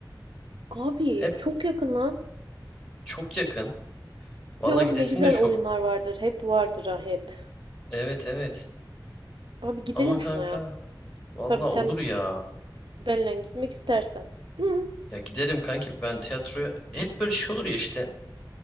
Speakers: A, on the right (about 80°); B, in the centre.
A: Abi
B: hep
A: çok yakın lan.
B: çok yakın. Valla
A: Bir de orada
B: gidesin
A: ne güzel
B: de çok.
A: oyunlar vardır. Hep vardır ha hep.
B: Evet evet.
A: Abi gidelim
B: Ama kanka
A: şuna ya.
B: valla
A: Tabii sen
B: olur ya.
A: benle gitmek istersen. Hı,
B: Ya giderim kanki ben tiyatroya. Hep böyle şey olur ya işte.